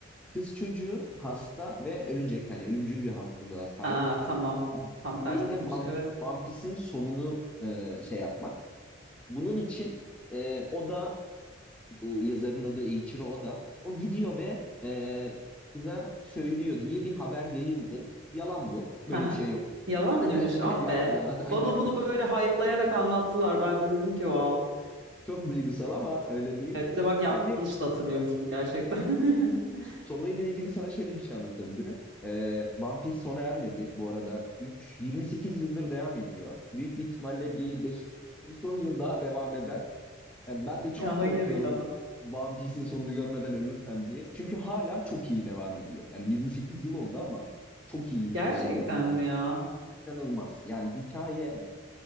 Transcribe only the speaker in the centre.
Kız çocuğu hasta ve ölecek. Hani ölümcül bir hastalığa sahip.
Dileği
de One,
One Piece'in sonunu e, şey yapmak. Bunun için e, o da bu yazarın adı Eiichiro Oda. O gidiyor ve e, kıza söylüyor diye bir haber yayıldı. Yalan bu. Böyle
bir şey yok.
<laughs>
Yalan
yalan <laughs> aynen.
Çok duygusal ama öyle değil.
Sadece
sonuyla ilgili sana şöyle bir şey anlatabilirim. E, One Piece sona ermedi bu arada. 3, 28 yıldır devam ediyor. Büyük bir ihtimalle bir 5, 5-10 yıl daha devam eder. Yani ben de çok
korkuyorum
One Piece'in sonunu görmeden ölürsem diye. Çünkü hala çok iyi devam ediyor. Yani 28 yıl oldu ama çok iyi hikaye
devam
ediyor.
İnanılmaz. Yani hikaye